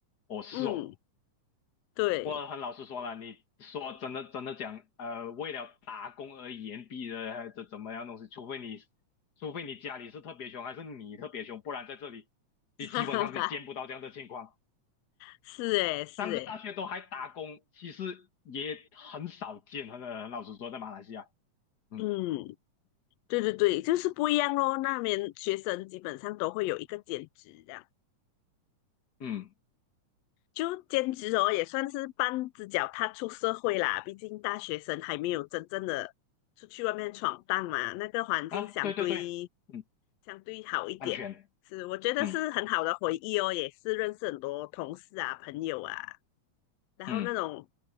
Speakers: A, on the left; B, on the left.
A: 哦是哦，
B: 嗯，对，
A: 我很老实说了，你说真的真的讲，呃，为了打工而言毕的，还是怎么样东西，除非你，除非你家里是特别穷，还是你特别穷，不然在这里，你基本上你见不到这样的情况。
B: <laughs> 是诶，是诶，
A: 三个大学都还打工，其实也很少见。很很老实说，在马来西亚，嗯
B: 嗯，对对对，就是不一样咯。那边学生基本上都会有一个兼职，这样
A: 嗯
B: 就兼职哦，也算是半只脚踏出社会啦。毕竟大学生还没有真正的出去外面闯荡嘛，那个环境相对
A: 啊，对对对，嗯，
B: 相对好一点，
A: 安全，
B: 是我觉得是很好的回忆哦，
A: 嗯
B: 也是认识很多同事啊、朋友啊，然后那种
A: 嗯